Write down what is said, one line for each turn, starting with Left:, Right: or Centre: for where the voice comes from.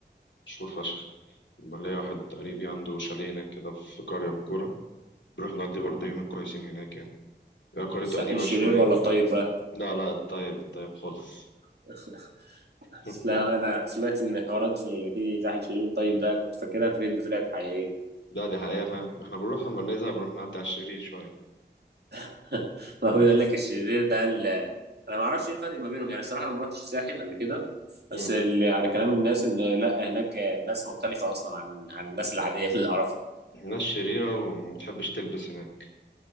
Left: مشهور فشخ ليا واحد قريبي عنده شاليه هناك كده في قرية من الكورة بنروح نقضي برضه يومين كويسين هناك يعني هي قريته
Right: الساحل
Left: قديمة
Right: الشرير
Left: شوية
Right: ولا الطيب بقى
Left: لا لا الطيب الطيب خالص
Right: <laughs> اصل
Left: <laughs>
Right: انا سمعت ان حوارات اللي فيه تحت الشرير طيب ده كنت فاكرها ترند طلعت حقيقيه
Left: لا دي حقيقة فاهم ما احنا بنروح أما بنزهق بنروح نعدي على الشرير شوية
Right: <laughs> ما هو بيقول لك الشرير ده ال- انا ما اعرفش ايه الفرق ما بينهم يعني الصراحه انا ما رحتش الساحل قبل كده
Left: مم.
Right: بس اللي على كلام الناس ان لا هناك الناس مختلفه اصلا عن عن الناس العاديه اللي اعرفها
Left: الناس شريرة ومتحبش تلبس هناك